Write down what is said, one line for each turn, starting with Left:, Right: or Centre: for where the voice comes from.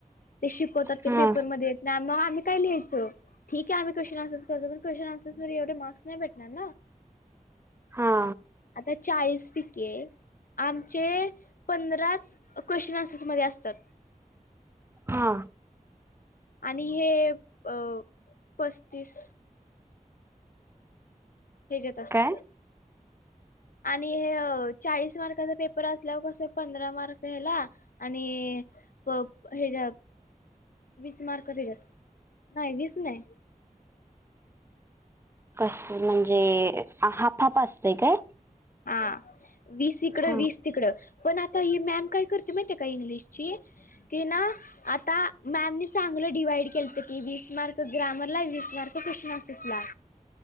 Left: ते शिकवतात ते
Right: हा
Left: पेपरमध्ये मग आम्ही काय लिहायचं? ठीक आहे आम् क्वे्शन्स करो पण क्वेशन्सवरवे मार्क् नाही भेटणार ना.
Right: हा
Left: आता चाळीस पिके आमचे पंधराच क्वेश्चन आन्सर्समध्येध्ये असतात.
Right: हा.
Left: आणि हे अ पस्तीस हेज्यात असतात.
Right: काय
Left: आणि हे चाळीस मार्काचा पेपर असलावर कस पंधरा मार्क ह्याला आणि प हेच्या वीस मार्क दिच्यात नाही, वीस नाही,
Right: कस म्हणजे हाप हाप असतय काय?
Left: हा वीस, इकडे
Right: हा
Left: वीस तिकडं पण आता ही मॅम काय करते माहिती का इंग्लिशची, की ना आता मॅमने चांगलं डिवाइड केलं की वीस मार्क ग्रॅमरला वीस मार्क क्वेश्चन असेसला